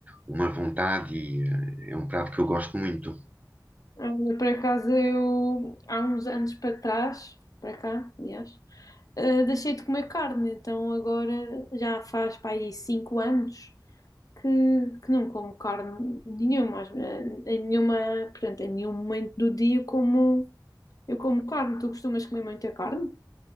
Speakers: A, on the right; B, on the left.
A: uma vontade e eh, é um prato que eu gosto muito.
B: Ah, Por acaso, eu, há uns anos para trás, para cá, aliás, ah, deixei de comer carne, então agora já faz para aí cinco anos que, que não como carne nenhuma, às- eh, em nenhuma, portanto, em nenhum momento do dia eu como, eu como carne. Tu costumas comer muita carne?